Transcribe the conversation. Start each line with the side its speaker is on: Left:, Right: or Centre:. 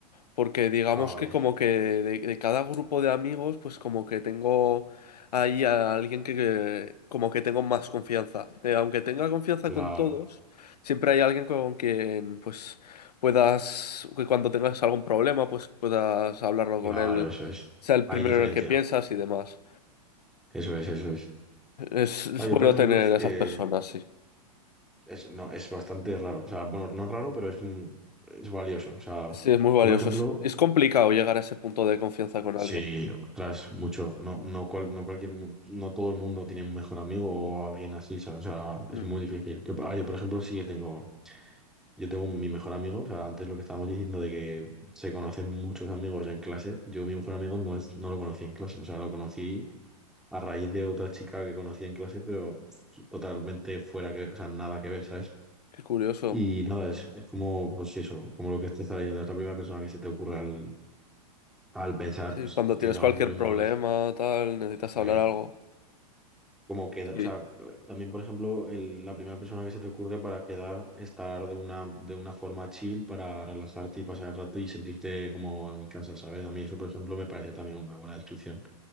Left: porque digamos
Centre: Ah, vale.
Left: que como que de, de cada grupo de amigos, pues como que tengo ahí a alguien que, que como que tengo más confianza. Eh, aunque tenga confianza
Centre: Claro,
Left: con todos, siempre hay alguien con quien pues puedas, que cuando tengas algún problema, pues puedas hablarlo
Centre: claro,
Left: con él,
Centre: eso es.
Left: sea el
Centre: Hay
Left: primero
Centre: diferencia.
Left: en el que piensas y demás.
Centre: Eso es, eso es.
Left: Es, es
Centre: Ah, yo,
Left: bueno
Centre: por ejemplo,
Left: tener
Centre: sí
Left: esas
Centre: que
Left: personas, sí.
Centre: es, no, es bastante raro. O sea, bueno, no es raro, pero es, un- es valioso. O sea,
Left: Sí, es muy valioso.
Centre: yo, por ejemplo,
Left: Es, es complicado llegar a ese punto de confianza con alguien.
Centre: sí, tras mucho, no, no, cual- no cualquier, mu- no todo el mundo tiene un mejor amigo o alguien así, ¿sabes? O sea, es
Left: Mm,
Centre: muy difícil. Yo, ah, yo, por ejemplo, sí que tengo, yo tengo mi mejor amigo, o sea, antes lo que estábamos diciendo de que se conocen muchos amigos en clase, yo mi mejor amigo no es, no lo conocí en clase, o sea, lo conocí a raíz de otra chica que conocía en clase, pero totalmente fuera que, o sea, nada que ver, ¿sabes?
Left: qué curioso.
Centre: Y nada, es, es como, pues eso, como lo que te estaba diciendo, es la primera persona que se te ocurre al, al pensar,
Left: Sí,
Centre: pues,
Left: cuando
Centre: si tienes
Left: tienes
Centre: algún
Left: cualquier
Centre: problema
Left: problema,
Centre: o lo que sea.
Left: tal, necesitas
Centre: Eso
Left: hablar
Centre: es
Left: algo.
Centre: como queda,
Left: Sí.
Centre: o sea, también, por ejemplo, el- la primera persona que se te ocurre para quedar, estar de una, de una forma chill, para relajarte y pasar el rato y sentirte como en casa, ¿sabes? A mí eso, por ejemplo, me parece también una buena descripción.